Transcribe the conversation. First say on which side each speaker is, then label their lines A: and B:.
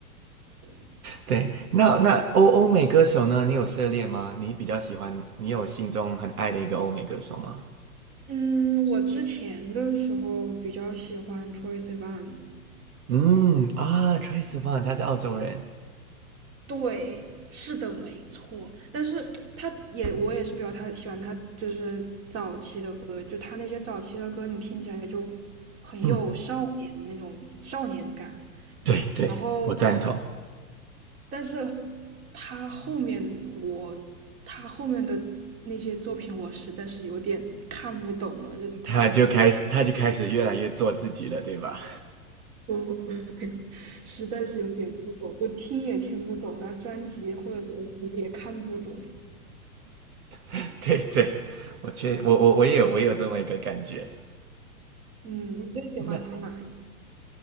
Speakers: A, on the right; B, on the right.
A: 对，
B: 对，那那欧欧美歌手呢？你有涉猎吗？你比较喜欢，你有心中很爱的一个欧美歌手吗？
A: 嗯，我之前的时候比较喜欢 Troye Sivan，
B: 嗯啊，Trace Van，他是澳洲人。
A: 对，是的，没错。但是他也，我也是比较他喜欢他就是早期的歌，就他那些早期的歌，你听起来就很有少年那种少年感。
B: 嗯，对对，
A: 然后，
B: 我赞同。
A: 但是他后面我他后面的那些作品，我实在是有点看不懂了，就他
B: 他就开始，他就开始越来越做自己了，对吧？
A: 我 <laughs> 实在是有点不懂，就听也听不懂，然后专辑或者什么也看不懂。
B: <laughs> 对对，我确我我我也有我也有这么一个感觉。
A: 嗯，你最喜欢他哪一？
B: 那